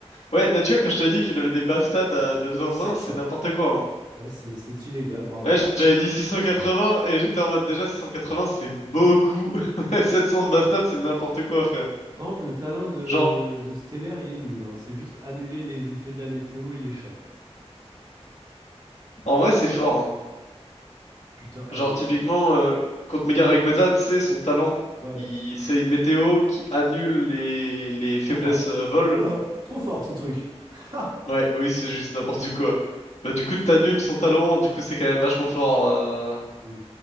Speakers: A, on the left; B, on the right.
A: ouais, mais tu vois, quand je t'ai dit qu'il avait des bases stats à 2 zinzin,
B: 700.
A: c'est n'importe quoi, hein.
B: Ouais, c'est c'est illégal, bravo.
A: Ouais, j'avais dit 680 et j'étais en mode déjà 680 c'est beaucoup. <laughs> 700 de base stats c'est n'importe quoi frère.
B: Par contre, le talent de,
A: Genre
B: de Stellaire, il est nul, hein. C'est juste annuler les effets de la météo et les champs.
A: En vrai, c'est fort, hein.
B: Putain, eh
A: Genre,
B: wesh.
A: typiquement, euh, contre Mega Rayquaza, tu sais, son talent,
B: Ouais,
A: il... c'est une météo qui annule les, les faiblesses
B: trop fort.
A: euh, vol.
B: <laughs> Trop fort ce truc. <laughs> Ha
A: Ouais, oui, c'est juste n'importe quoi. Bah, du coup, t'annules son talent, du coup, c'est quand même vachement fort. euh,
B: Hmm.